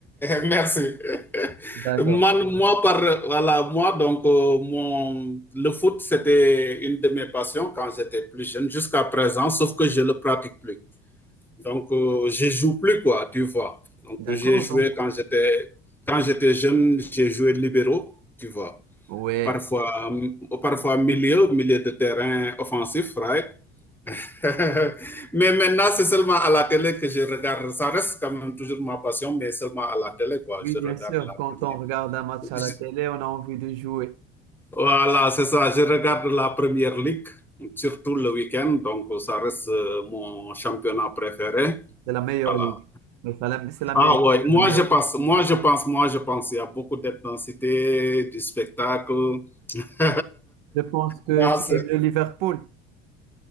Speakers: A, in the centre; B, on the right.
A: <laughs> merci.
B: D'accord.
A: Man- moi, par, voilà, moi, donc, euh, mon, le foot, c'était une de mes passions quand j'étais plus jeune, jusqu'à présent, sauf que je ne le pratique plus. Donc, euh, je ne joue plus, quoi, tu vois. Donc,
B: D'accord,
A: j'ai joué
B: donc.
A: quand j'étais, quand j'étais jeune, j'ai joué libéraux, tu vois.
B: Ouais.
A: Parfois, euh, parfois milieu, milieu de terrain offensif, right? <laughs> mais maintenant, c'est seulement à la télé que je regarde. Ça reste quand même toujours ma passion, mais seulement à la télé, quoi.
B: Oui,
A: Je
B: bien
A: regarde
B: sûr,
A: la
B: quand
A: première.
B: on regarde un match à
A: Je...
B: la télé, on a envie de jouer.
A: Voilà, c'est ça. Je regarde la première ligue, surtout le week-end. Donc, ça reste euh, mon championnat préféré.
B: C'est la meilleure
A: Voilà.
B: ligue. Mais C'est la, c'est la
A: Ah
B: meilleure,
A: ouais,
B: c'est
A: moi
B: la meilleure.
A: je pense, moi je pense, moi je pense, il y a beaucoup d'intensité, du spectacle. <laughs>
B: Je pense que
A: non,
B: tu
A: c'est
B: aimes le Liverpool.